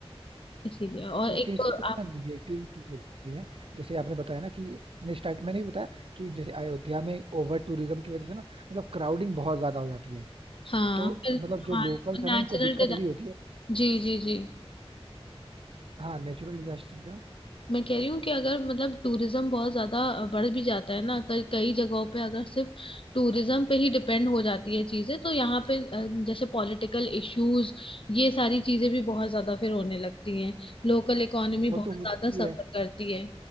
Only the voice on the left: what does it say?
इसीलिए और
एक
तो
आप
हाँ
फिर
हमारा
नेचुरल
जी जी जी
मैं कह रही हूँ कि अगर मतलब टूरिज्म बहुत ज्यादा बढ़ भी जाता है ना कई कई जगहों पे अगर सिर्फ टूरिज्म पे ही डिपेंड हो जाती है चीजें तो यहाँ पे अ, जैसे पॉलिटिकल इश्यूज ये सारी चीजें भी बहुत ज्यादा फिर होने लगती हैं लोकल इकोनॉमी
बहुत
ज्यादा
सफर
करती है